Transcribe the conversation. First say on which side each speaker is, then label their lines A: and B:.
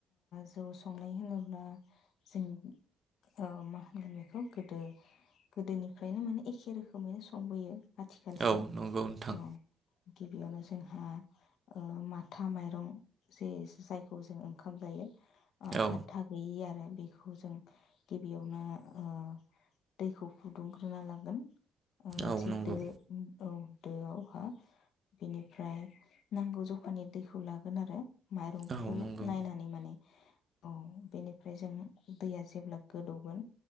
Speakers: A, on the left (about 75°); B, on the right (about 40°).
A: जौ संनाय होनोब्ला जों ओ मा होनगोन बेखौ गोदो गोदोनिफ्रायनो माने एखे रोखोमैनो संबोयो। आथिखालसिम
B: औ नंगौ नोंथां
A: औ। गिबियावनो जोंहा ओ माथा माइरं जे जुजाय खौ जों ओंखाम जायो। आ
B: औ
A: आथा गैयि आरो बेखौ जों गिबियावनो ओ दैखौ फुदुंग्रोना लागोन। ओ मोनसे
B: औ नंगौ
A: दो औ दोआवहा बिनिफ्राय नांगौ जखानि दैखौ लागोन आरो माइरंखौ
B: औ
A: खौ
B: नंगौ
A: नायनानै माने औ बेनिफ्राय जों दै जेब्ला गोदौगोन